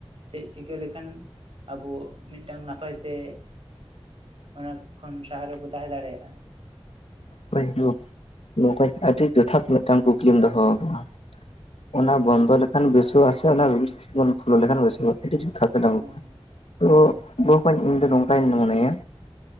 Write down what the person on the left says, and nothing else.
ᱦᱚᱭ ᱦᱳ ᱵᱚᱠᱚᱧ ᱟᱹᱰᱤ ᱡᱚᱛᱷᱟᱛ ᱢᱤᱫᱴᱟᱝ ᱠᱩᱠᱞᱤᱢ ᱫᱚᱦᱚ ᱠᱟᱫᱟ᱾ ᱚᱱᱟ
ᱵᱚᱱᱫᱚ ᱞᱮᱠᱷᱟᱱ ᱵᱮᱥᱚᱜ ᱟ ᱥᱮ ᱚᱱᱟ ᱨᱩᱢ ᱵᱚᱱ ᱯᱷᱩᱞᱟᱹ ᱞᱮᱠᱷᱟᱱ ᱵᱮᱥᱼᱟ ᱟᱹᱰᱤ ᱡᱚᱛᱷᱟᱛ᱾ <unintelligible> ᱛᱚ
ᱱᱚᱣᱟ ᱠᱷᱚᱱ ᱤᱧ ᱫᱚ ᱱᱚᱝᱠᱟᱧ ᱢᱚᱱᱮᱭᱟ᱾